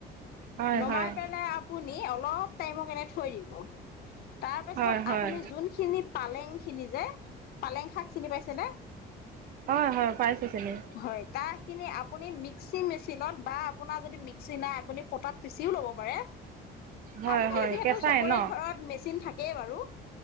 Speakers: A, on the right; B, on the left.
A: হয়
B: নমাই
A: হয়
B: পেলাই আপুনি অলপ টাইমৰ কাৰণে থৈ দিব। তাৰপাছত
A: হয় হয়
B: আপুনি যোনখিনি পালেং খিনি যে পালেং শাক চিনি পাইছেনে
A: অ' হয় পাইছোঁ চিনি।
B: হয় তাৰ খিনি আপুনি মিক্সি মেচিনত বা আপোনাৰ যদি মিক্সি নাই আপুনি পতাত পিচিও ল'ব পাৰে।
A: হয়
B: আজিকালি
A: হয়
B: যিহেতু
A: কেঁচাই
B: চবৰে
A: ন
B: ঘৰত মেচিন থাকেই বাৰু।